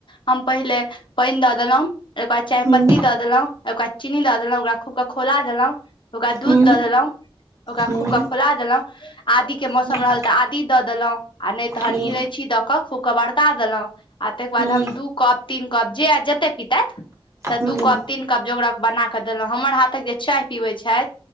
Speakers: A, on the left; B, on the right.
A: हम पहिले पानि दऽ देलहुं ओके बाद चाय
B: हूँ
A: पत्ती दऽ देलहु देलहुँ ओकरा चीनी दऽ देलहुँ ओकरा खूब क खौला देलहुँ ओकरा दूध
B: हूँ
A: दऽ देलहुँ ओकरा
B: हूँ
A: खूब क खोला देलहुँ आदी के मौसम
B: हूँ
A: रहल तऽ आदी दऽ देलहुं आ नहि तहन
B: हूँ
A: इलायची दऽ कऽ खूब के बरका देलहुँ आ तेकर बाद
B: हूँ
A: हम दू कप तीन कप जे ऐल जेते कप तऽ
B: हूँ
A: दू कप तीन कप जोगरक बना कऽ देलहुँ हमर हाथक जे चाय पीबैत छैथ